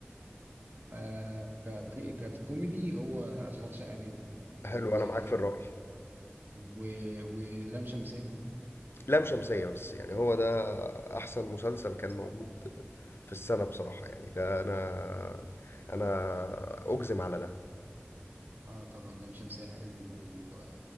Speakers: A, on the right; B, on the left.
A: آه ك- ك- ككوميدي هو اشغال شقه جدا جوه
B: حلو
A: الجزء
B: أنا معاك
A: التاني
B: في الرأي
A: و... ولام شمسية
B: لام شمسية بس يعني هو ده أحسن مسلسل
A: لام شمسية
B: كان موجود
A: طبعا
B: في السنة بصراحة يعني ده أنا أنا أجزم على ده
A: اه طبعا لام شمسية حلو و...